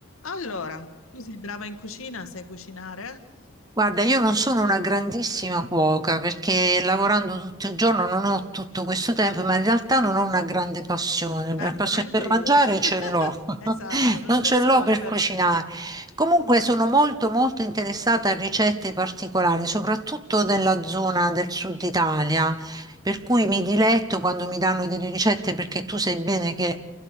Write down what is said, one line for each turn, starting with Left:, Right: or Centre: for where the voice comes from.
Left: Allora, tu sei brava in cucina, sai cucinare?
Right: Guarda, io non sono una grandissima cuoca perché lavorando tutto il giorno non ho tutto questo tempo, ma in realtà non ho una grande passione.
Left: Ecco,
Right: La passione
Left: neanche
Right: per
Left: io.
Right: mangiare
Left: <laughs>
Right: ce l'ho, <laughs>
Left: Esatto, lo
Right: non
Left: stesso
Right: ce l'ho
Left: vale
Right: per
Left: per
Right: cucinare.
Left: me.
Right: Comunque sono molto molto interessata a ricette particolari, soprattutto nella zona del sud Italia, per cui mi diletto quando mi danno delle ricette perché tu sai bene che